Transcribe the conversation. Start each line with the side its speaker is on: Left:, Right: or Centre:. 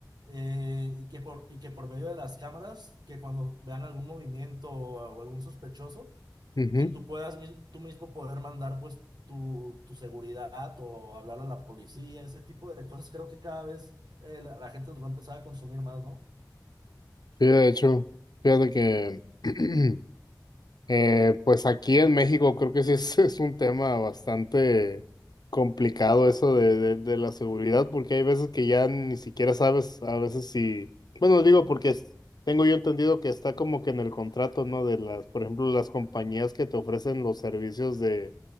Right: eh, y que por, y que por medio de las cámaras, que cuando vean algún movimiento o algún sospechoso,
Left: ujú.
Right: y tú puedas mis- tú mismo poder mandar pues tu, tu seguridad o hablar a la policía, ese tipo de cosas. Creo que cada vez eh, la, la gente los va a empezar a consumir más, ¿no?
Left: Sí, de hecho, fíjate que <clears throat> Eh, pues aquí en México creo que sí es, <laughs> es un tema bastante complicado eso de, de, de la seguridad, porque hay veces que ya ni siquiera sabes, a veces si, bueno, digo porque es- tengo yo entendido que está como que en el contrato, ¿no? De las, por ejemplo, las compañías que te ofrecen los servicios de,